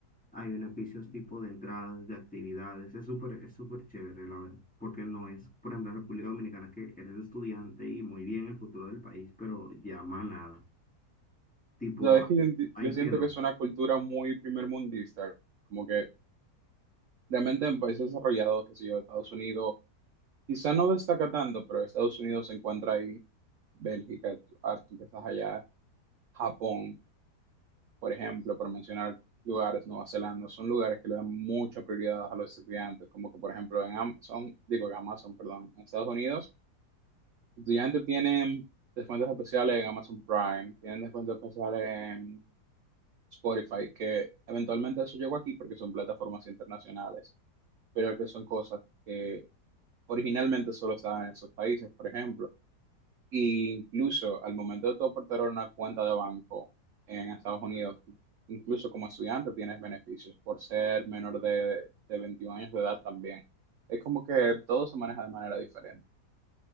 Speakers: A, in the centre; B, on the right.
A: hay beneficios tipo de entradas, de actividades. Es súper, es súper chévere, la verdad. Porque no es, por ejemplo, en República Dominicana que eres estudiante y muy bien el futuro del país, pero llama nada. Tipo,
B: Sabes
A: ahí,
B: que yo enti-
A: ahí
B: yo siento
A: quedó.
B: que es una cultura muy primermundista, como que Realmente en países desarrollados, que sé yo, Estados Unidos Quizá no destaca tanto, pero Estados Unidos se encuentra ahí, Bélgica, tú ah, tú que estás allá, Japón, por ejemplo, por mencionar lugares, Nueva Zelanda, son lugares que le dan mucha prioridad a los estudiantes, como que por ejemplo en Amazon, digo en Amazon, perdón, en Estados Unidos, estudiantes tienen descuentos especiales en Amazon Prime, tienen descuentos especiales en Spotify, que eventualmente eso llegó aquí porque son plataformas internacionales, pero que son cosas que originalmente solo estaban en esos países, por ejemplo. Y incluso al momento de tú aportar una cuenta de banco en Estados Unidos, tú- incluso como estudiante tienes beneficios por ser menor de, de 21 años de edad también. Es como que todo se maneja de manera diferente.